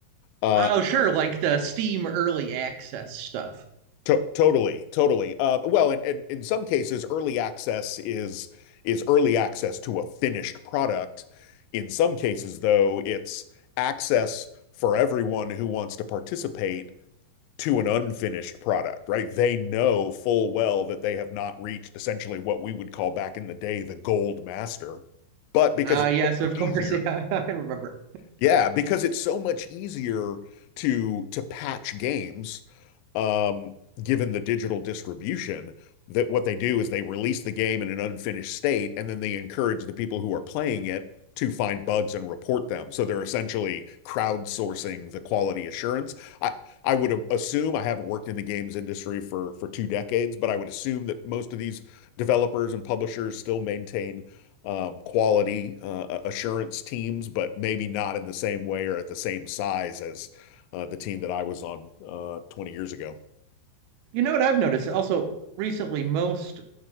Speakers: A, on the left; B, on the right.
A: Uh,
B: Oh, sure, like the Steam early access stuff.
A: to Totally, totally. Uh, Well, and and in some cases, early access is is early access to a finished product. In some cases, though, it's access for everyone who wants to participate to an unfinished product, right? They know full well that they have not reached essentially what we would call back in the day the gold master. But because
B: Uh
A: it's
B: yes,
A: so
B: of
A: much
B: course.
A: easier,
B: <laughs> Yeah, I remember.
A: yeah, because it's so much easier to to patch games um, given the digital distribution, that what they do is they release the game in an unfinished state, and then they encourage the people who are playing it to find bugs and report them. So they're essentially crowdsourcing the quality assurance. I, I would assume I haven't worked in the games industry for for two decades, but I would assume that most of these developers and publishers still maintain um, quality uh, assurance teams, but maybe not in the same way or at the same size as uh, the team that I was on uh, 20 years ago.
B: You know what I've noticed also recently, most